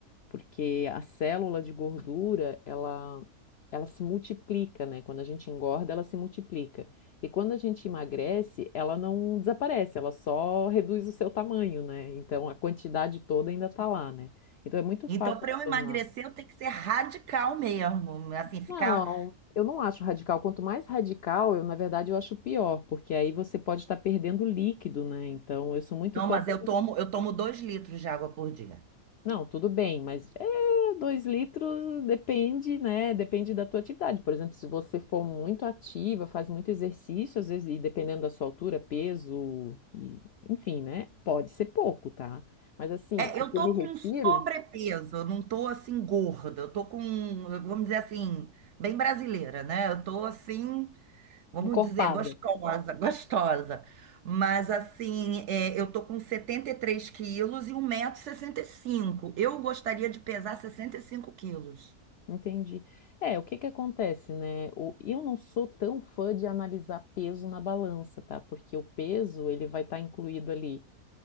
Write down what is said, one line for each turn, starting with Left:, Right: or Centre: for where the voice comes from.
Left: porque a célula de gordura, ela, ela se multiplica, né? Quando a gente engorda, ela se multiplica. E quando a gente emagrece, ela não desaparece, ela só reduz o seu tamanho, né? Então a quantidade toda ainda tá lá, né? Então é muito fácil
Right: Então, para
Left: retornar.
Right: eu emagrecer, eu tenho que ser radical mesmo. Assim, ficar...
Left: Não, eu não acho radical. Quanto mais radical, eu, na verdade, eu acho pior, porque aí você pode estar perdendo líquido, né? Então, eu sou muito
Right: Não,
Left: fã,
Right: mas
Left: por
Right: eu tomo, eu tomo dois litros de água por dia.
Left: Não, tudo bem, mas é, dois litros depende, né? Depende da tua atividade. Por exemplo, se você for muito ativa, faz muito exercício, às vezes, e dependendo da sua altura, peso, e, enfim, né? Pode ser pouco, tá? Mas assim,
Right: É,
Left: o
Right: eu
Left: que
Right: tô
Left: eu me refiro,
Right: com um sobrepeso, eu não tô assim gorda, eu tô com, vamos dizer assim, bem brasileira, né? Eu tô assim, Vamos
Left: encorpada.
Right: dizer, gostosa, gostosa. Mas assim, é, eu tô com 73 quilos e um metro e 65. Eu gostaria de pesar sessenta e cinco quilos.
Left: Entendi. É, o que que acontece, né? O- eu não sou tão fã de analisar peso na balança, tá? Porque o peso, ele vai estar incluído ali.